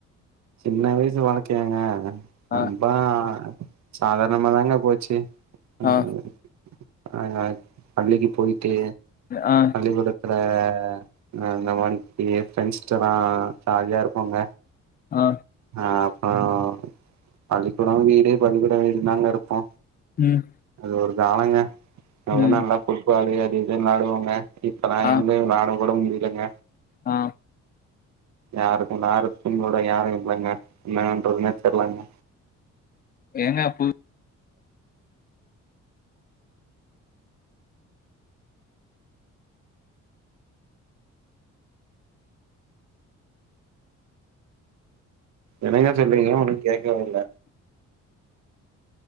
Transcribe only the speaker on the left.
ஆ
ஆ
ஆ
ஆ
ம்
ம்
ஆ
ஆ
தேங்காப்பூ